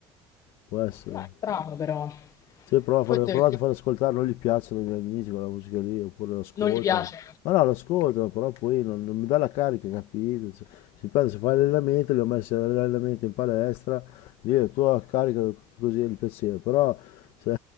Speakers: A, on the left (about 70°); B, on the left (about 35°).
A: Può essere.
B: No, è strano però.
A: Sì, prova a farlo-
B: Forse
A: provate
B: perché
A: a far ascoltare, non gli piacciono i miei amici quella musica lì, oppure l'ascoltano.
B: non gli piace.
A: Ma no, l'ascoltano, però poi non, non mi dà la carica, capito? Cioè, si prende, se fai l'allenamento, li ho messi all'allenamento in palestra, lì la tua carica così gli piaceva, però se,